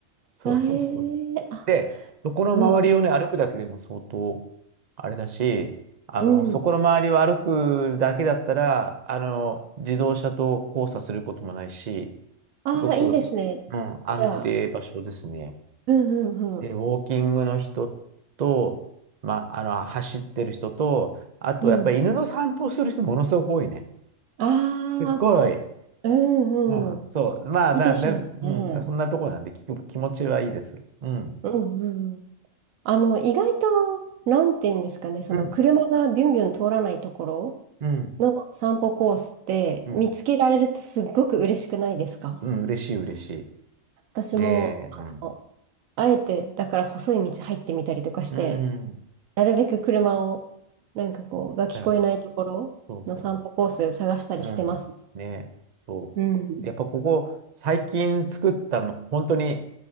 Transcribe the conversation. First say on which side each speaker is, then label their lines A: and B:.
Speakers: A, on the right; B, on the right.
A: そうそうそうそう。
B: あ、えー、あ、
A: で、そこの周りをね、
B: うん、
A: 歩くだけでも相当、あれだし、あの、
B: うん。
A: そこの周りを歩くだけだったら、あの、自動車と交差することもないし、
B: ああ、
A: すごく、
B: いいですね。
A: うん、安定場所ですね。
B: じゃあ、うんうんうん。
A: で、ウォーキングの人と、まあ、あの、走ってる人と、あと、
B: うん。
A: やっぱり犬の散歩する人ものすごく多いね。
B: ああ、
A: すっごい。
B: うんうん。
A: うん、そう。まあ、
B: いいでしょうね。
A: なんで、うん、そんなとこなんで、気気持ちはいいです。うん。
B: うんうんうん。あの、意外と、なんていうんですかね、その車がビュンビュン通らないところ
A: うん。うん。
B: の散歩コースって見つけられるとすっごく嬉しくないですか
A: うん。うん、嬉しい、嬉しい。
B: 私も、
A: で、
B: あの
A: うん。
B: あえて、だから細い道入ってみたりとかして、
A: うん。
B: なるべく車を、なんかこう、が聞こえないところの散歩コース探したりしてます。
A: だよ。そうそう。うん。ね。そう。
B: うん。
A: やっぱここ、最近作ったの、本当に、